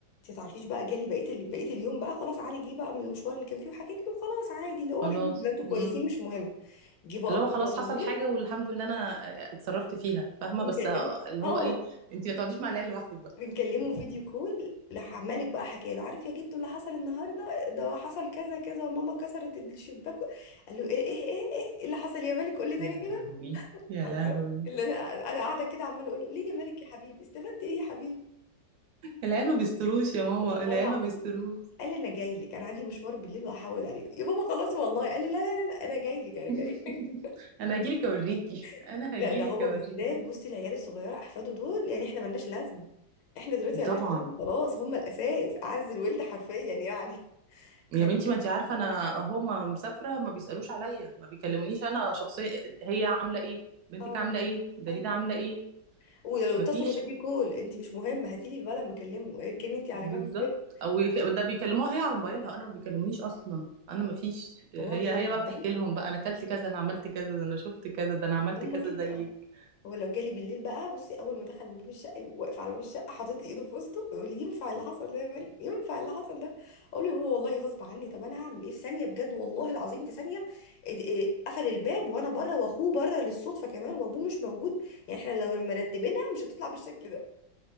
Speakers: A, on the left (about 85°); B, on the right (about 65°).
A: انت تعرفيش بقى جالي بقيه ال- بقيه اليوم بقى خلاص علي جه بقى من المشوار اللي كان فيه وحكيت له خلاص عادي اللي هو
B: وخلاص
A: الحمد لله انتوا كويسين
B: امم
A: مش مهم جه بقى
B: اللي هو
A: بابا
B: خلاص
A: بالليل
B: حصل حاجه والحمد لله انا اتصرفت فيها فاهمه
A: بيكلمني
B: بس اللي
A: اه
B: هو ايه انت ما تقعديش مع العيال لوحدك بقى
A: بنكلمه فيديو كول راح عمالك بقى حكى له عارف يا جدو اللي حصل النهارده ده حصل كذا كذا وماما كسرت الشباك قال له ايه ايه ايه ايه, إيه اللي حصل يا مالك قول لي تاني
B: يا
A: كده
B: لهوي يا
A: <laughs> عارفه
B: لهوي
A: اللي انا انا قاعده كده عماله اقول له ليه يا مالك يا حبيبي استفدت ايه يا حبيبي
B: العيال ما بيستروش يا ماما
A: والله
B: العيال
A: العظيم
B: ما بيستروش
A: قال لي انا جاي لك انا عندي مشوار بالليل وهحود عليك يا بابا خلاص والله قال لي لا لا لا لا، انا جاي لك انا جاي
B: <laughs>
A: لك
B: انا هجيلك اوريكي
A: <laughs>
B: انا هجيلك
A: لا ده هو
B: اوريكي
A: بالذات بصي العيال الصغيره احفاده دول يعني احنا ملناش لازمه احنا دلوقتي ملناش
B: طبعا
A: لازمه خلاص هم الاساس اعز الولد حرفيا يعني
B: يا
A: <laughs>
B: بنتي ما انت عارفه انا اهو ما مسافره ما بيسالوش عليا ما بيكلمونيش انا شخصيا هي عامله ايه بنتك
A: اه
B: عامله ايه دليده
A: ايوه
B: عامله ايه
A: ولو
B: ما
A: اتصلوا
B: فيش
A: فيديو كول انت مش مهم هاتيلي الولد ما اكلمه اركني انت على
B: بالظبط
A: جنب كده
B: او يك- ده بيكلموها هي على موبايلها انا ما بيكلمونيش اصلا انا ما فيش هي
A: وهو جالي
B: هي
A: بالليل
B: بقى بتحكي لهم بقى انا اكلت كذا انا عملت كذا ده انا شفت كذا ده انا عملت
A: وهم
B: كذا
A: كده
B: زيك
A: اه هو لو جالي بالليل بقى بصي اول ما دخل من باب الشقه يبقى واقف على باب الشقه حاطط لي ايده في وسطه يقول لي ينفع اللي حصل ده يا مريم ينفع اللي حصل ده اقول له يا بابا والله غصب عني طب انا هعمل ايه في ثانيه بجد والله العظيم في ثانيه إد- إيه، قفل الباب وانا بره واخوه بره للصدفه كمان وابوه مش موجود يعني احنا لو مرتبينها مش هتطلع بالشكل ده